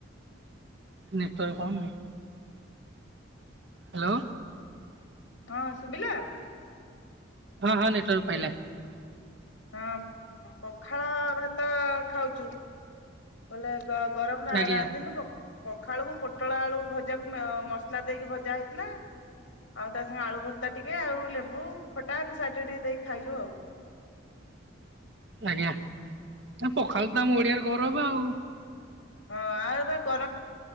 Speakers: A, on the right; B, on the left.
A: ନେଟୱର୍କ ପାଉନି ହାଲୋ।
B: ହଁ, ସୁବିଲା
A: ହଁ, ହଁ ନେଟୱାର୍କ ପାଇଲା।
B: ହଁ, ପଖାଳ ଭାତ ଖାଉଚୁ। ବୋଇଲେ ଆ ଆଉ ଗରମ ଟା
A: ଆଜ୍ଞା
B: ରାନ୍ଧିନୁ ପ ପଖାଳ କୁ ପୋଟଳ ଆଳୁ ଭଜାକୁ ମସଲା ଦେଇକି ଭଜା ହେଇଥିଲା ଆଉ ତା ସାଙ୍ଗେ ଆଳୁ ଭର୍ତ୍ତା ଟିକେ ଆଉ ଲେମ୍ବୁ ଖଟା ଏମିତି ସାଇଟ ରେ ଟିକେ ଦେଇ ଖାଇଲୁ ଆଉ
A: ଆଜ୍ଞା, ପଖାଳ ତ ଆମ ଓଡିଆର ଗୌରବ ଆଉ।
B: ହଁ, ଆଉ ଏ ଗରମ